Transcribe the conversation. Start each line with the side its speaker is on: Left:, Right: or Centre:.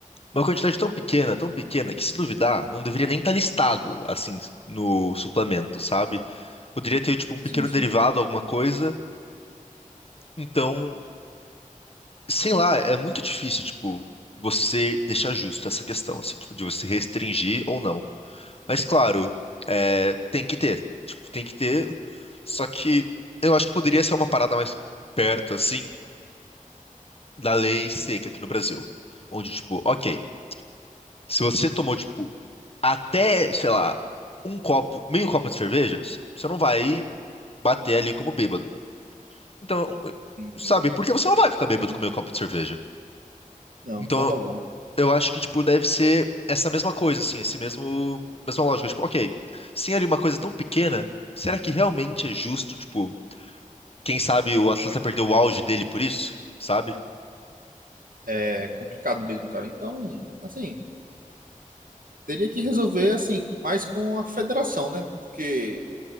Left: uma quantidade tão pequena, tão pequena, que se duvidar, não deveria nem estar listado, assim, no suplemento, sabe? Poderia ter, tipo, um pequeno
Right: Sim, sim,
Left: derivado, alguma coisa. Então, sei lá, é muito difícil, tipo, você deixar justo essa questão, assim, tipo, de você restringir ou não. Mas claro, é, tem que ter. Tipo, tem que ter. Só que eu acho que poderia ser uma parada mais perto, assim, da lei seca aqui no Brasil. Onde, tipo, ok, se você tomou, tipo, até, sei lá, um copo, meio copo de cerveja, você não vai bater ali como bêbado. Então,
Right: entendo.
Left: sabe, porque você não vai ficar bêbado com meio copo de cerveja.
Right: Não,
Left: Então,
Right: de forma alguma.
Left: eu acho que, tipo, deve ser essa mesma coisa, assim, esse mesmo, mesma lógica. Tipo, ok, sem ali uma coisa tão pequena, será que realmente é justo, tipo, quem sabe o atleta perdeu o auge dele por isso, sabe?
Right: É complicado mesmo, cara. Então, assim, teria que resolver assim, mais com a federação, né? Porque